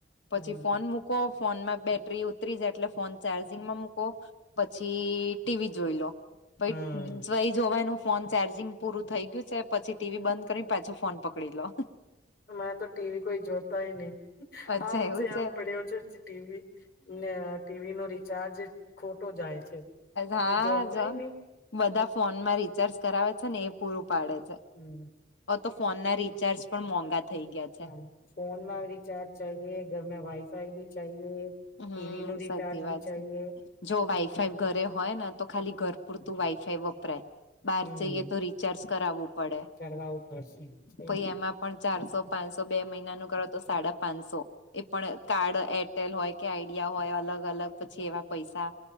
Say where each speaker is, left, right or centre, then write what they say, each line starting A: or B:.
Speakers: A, on the left; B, on the left.
A: પછી
B: હમ
A: ફોન મુ કો ફોનમાં બેટરી ઉતરી જાય એટલે ફોન ચાર્જિંગમાં મૂકો પછી ટીવી જોઈ લો ભાઈ
B: હમ
A: જય જોવાનું ફોન ચાર્જિંગ પૂરું થઈ ગયું છે પછી ટીવી બંધ કરી પાછું ફોન પકડી લો
B: મારે તો ટીવી કોઈ જોતાય નહી
A: અચ્છા
B: આમ
A: એવું
B: સ
A: છે
B: આમ પડ્યો છે ટીવી ને ટીવી નો રિચાર્જ ખોટો જાય છે
A: હા
B: કોઈ જોતાય
A: જો
B: નહી
A: બધા ફોનમાં રિચાર્જ કરાવે છે ને એ પૂરું પાડે છે
B: હમ
A: હવે તો ફોન ના રિચાર્જ પણ મોંઘા થઈ ગયા
B: હા
A: છે
B: ફોનમાં રિચાર્જ ચાહીએ ઘરમે વાઇફાઈ ભી ચાહીએ ટીવી
A: હમ
B: નું રિચાર્જ
A: સાચી વાત
B: ભી ચાહીએ
A: છે જો વાઈફાઈ ઘરે હોય ને તો ખાલી ઘર પૂરતું વાઈફાઈ બહાર
B: હમ
A: જઈએ તો રીચાર્જ કરાવવું પડે
B: કરવાવું પડશે સહી
A: પ
B: વાત.
A: એમાં પણ ચારસો પાંચસો બે મહિના નું કરો તો સાડા પાંચસો એ પણ કાર્ડ એરટેલ હોય કે આઈડિયા હોય અલગ અલગ પછી એમાં પૈસા